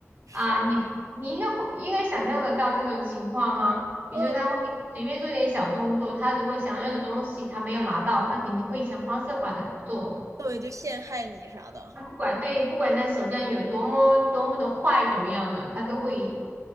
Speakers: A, on the right; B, on the right.
A: 是。
B: 啊，你你应该会应该想象得到这种情况哈，比如说他会随便做点小动作，
A: 嗯。
B: 他如果想要的东西他没有拿到，他肯定会想方设法的做。
A: 对，就陷害你啥的。
B: 他不管对，不管那手段有多么多么的坏，怎么样的，他都会